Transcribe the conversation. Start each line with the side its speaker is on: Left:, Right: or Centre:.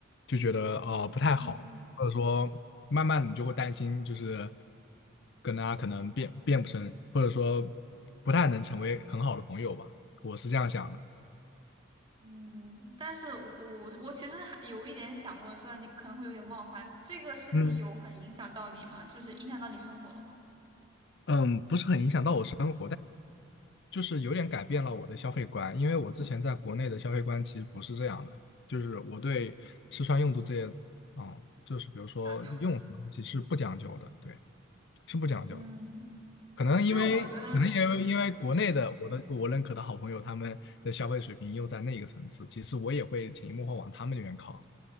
Left: 就觉得呃不太好，
Right: 嗯。
Left: 或者说慢慢你就会担心，就是跟他可能变变不成，或者说不太能成为很好的朋友吧，我是这样想的。
Right: 嗯，但是我我我其实还有一点想问，虽然你可能会有点冒犯，这个事情有很影响到你吗？
Left: 嗯，
Right: 就是影响到你生活了吗？
Left: 嗯，不是很影响到我生，就是有点改变了我的消费观，因为我之前在国内的消费观其实不是这样的，就是我对吃穿用度这些，啊，就是比如说用什么东西是不讲究的，
Right: 讲究，
Left: 对，是不讲究的。
Right: 嗯，
Left: 可能因为，
Right: 那我觉得
Left: 可能因为因为国内的我的我认可的好朋友他们的消费水平又在那个层次，其实我也会潜移默化往他们那边靠，